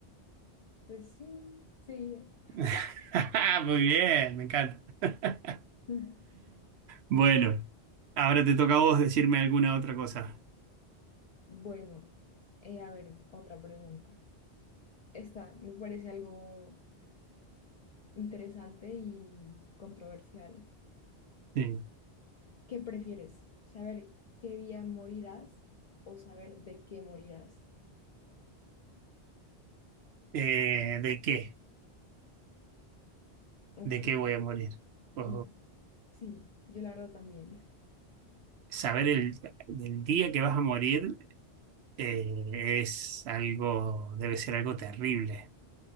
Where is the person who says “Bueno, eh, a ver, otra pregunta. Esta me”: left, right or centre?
Left